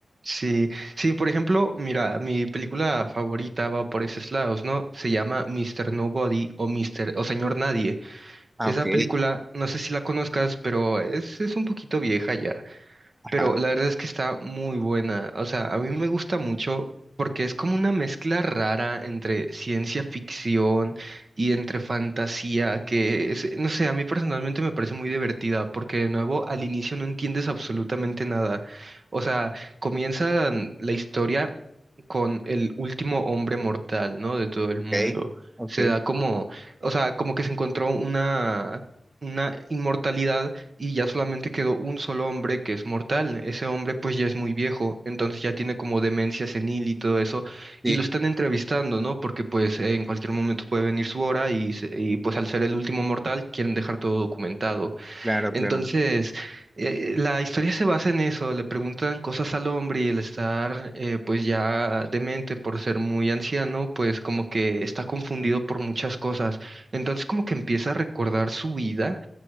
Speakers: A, on the right; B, on the right.
A: Sí, sí, por ejemplo, mira, mi película favorita va por esos lados, ¿no? Se llama Mister Nobody o Mister o Señor Nadie.
B: Ah,
A: Esa
B: ok,
A: película, no sé si la conozcas, pero es, es un poquito vieja ya
B: ajá,
A: pero la verdad es que está muy buena. O sea, a mí me gusta mucho porque es como una mezcla rara entre ciencia ficción y entre fantasía, que es- no sé, a mí personalmente me parece muy divertida porque de nuevo al inicio no entiendes absolutamente nada. O sea, comienza la historia con el último hombre mortal, ¿no? De todo el mundo.
B: ok, ok,
A: Se da como, o sea, como que se encontró una... una inmortalidad y ya solamente quedó un solo hombre que es mortal. Ese hombre pues ya es muy viejo, entonces ya tiene como demencia senil y todo eso, y
B: sí,
A: lo están entrevistando, ¿no? Porque pues eh, en cualquier momento puede venir su hora y, se- y, pues al ser el último mortal quieren dejar todo documentado.
B: claro,
A: Entonces,
B: claro.
A: eh, la historia se basa en eso, le preguntan cosas al hombre y el estar eh, pues ya demente por ser muy anciano, pues como que está confundido por muchas cosas. Entonces como que empieza a recordar su vida